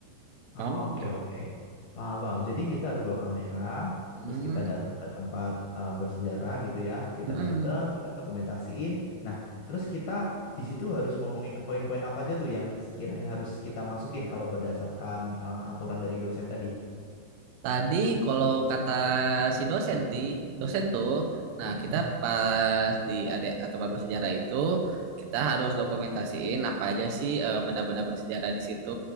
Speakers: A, on the left; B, on the right.
A: Ah,
B: Mau
A: Oke
B: nggak?
A: oke. Paham paham. Jadi kita harus bawa kamera,
B: Hmm,
A: terus kita datang ke tempat eh, bersejarah gitu ya. Kita
B: hmm.
A: datang, kita dokumentasiin. Nah, terus kita di situ harus ngomongin poin-poin apa aja tuh yang sekiranya harus kita masukin kalau berdasarkan eh, aturan dari dosen tadi.
B: Tadi kalau kata si dosen ti, dosen tuh, nah kita pas di area atau bersejarah itu kita harus dokumentasiin apa aja sih eh, benda-benda bersejarah di situ,